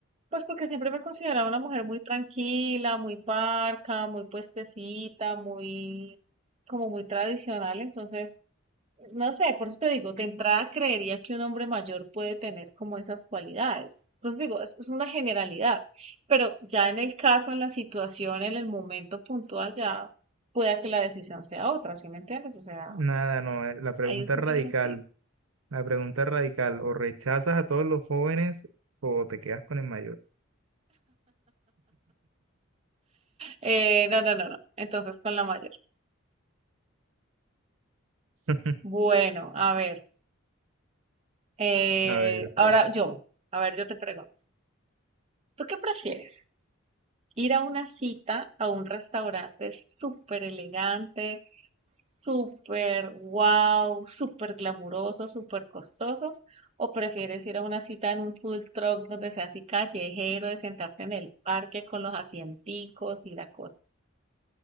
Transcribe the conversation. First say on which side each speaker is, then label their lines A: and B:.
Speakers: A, on the right (about 30°); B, on the right (about 80°).
A: pues porque siempre me he considerado una mujer muy tranquila, muy parca, muy puestecita, muy, como muy tradicional. Entonces, no sé, por eso te digo, de entrada creería que un hombre mayor puede tener como esas cualidades. Por eso te digo, es, es una generalidad. Pero ya en el caso, en la situación, en el momento puntual, ya pueda que la decisión sea otra, ¿sí me entiendes? O sea,
B: Nada, no, eh, la pregunta
A: ahí es
B: es
A: muy
B: radical,
A: relativo.
B: la pregunta es radical, o rechazas a todos los jóvenes o te quedas con el mayor.
A: Eh, no, no, no, no. Entonces, con la mayor.
B: <laughs>
A: Bueno, a ver. Eh,
B: A ver,
A: ahora
B: pues.
A: yo, a ver, yo te pregunto, ¿tú qué prefieres? ¿Ir a una cita a un restaurante súper elegante, súper wow, súper glamuroso, súper costoso? ¿O prefieres ir a una cita en un food truck donde sea así callejero, de sentarte en el parque con los asienticos y la cosa?